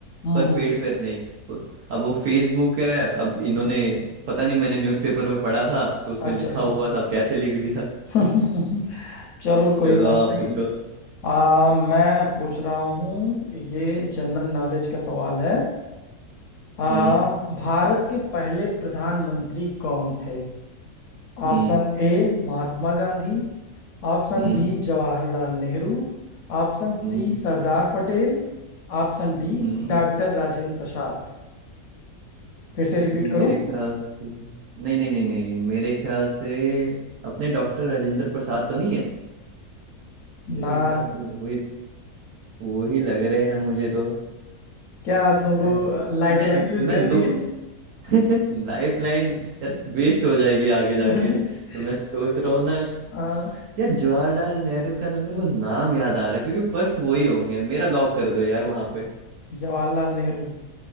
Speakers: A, on the left; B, on the right.
A: हम्म
B: पर पेड़
A: हम्म,
B: पर नहीं प- अब वो फेसबुक है अब इन्होंने
A: हम्म।
B: पता नहीं मैंने न्यूज़पेपर में पढ़ा था तो उसमें
A: अच्छा
B: लिखा
A: अच्छा
B: हुआ था अब कैसे लिख दिया
A: <laughs> चलो
B: <laughs>
A: कोई
B: चलो
A: बात
B: आप
A: नहीं
B: पूछो
A: आ, मैं पूछ रहा हूँ ये जनरल नॉलेज का सवाल है आ,
B: हम्म
A: भारत के पहले प्रधानमंत्री कौन थे Option
B: हम्म
A: A Mahatma Gandhi Option
B: हम्म
A: B Jawaharlal Nehru Option
B: हम्म
A: C Sardar Patel Option D
B: हम्म
A: doctor Rajendra Prasad फिर से रिपीट
B: मेरे
A: करूँ
B: ख्याल से नहीं नहीं नहीं नहीं मेरे ख्याल से अपने डॉक्टर राजेंद्र प्रसाद तो नहीं है
A: ना
B: मेरे ख्याल से वही वही लग रहे हैं मुझे तो
A: क्या तुमको
B: ऐस-
A: लाइफ
B: मैं
A: लाइन यूज
B: मैं
A: करनी
B: दो
A: है
B: <laughs> लाइफ लाइन यार वेस्ट हो जाएगी आगे जाके
A: <laughs>
B: तो मैं सोच रहा हूँ ना
A: हाँ
B: यार जवाहरलाल नेहरू का ना मेरे को नाम याद आ रहा है क्योंकि फर्स्ट वही होंगे मेरा लॉक कर दो यार वहां पे
A: जवाहरलाल नेहरू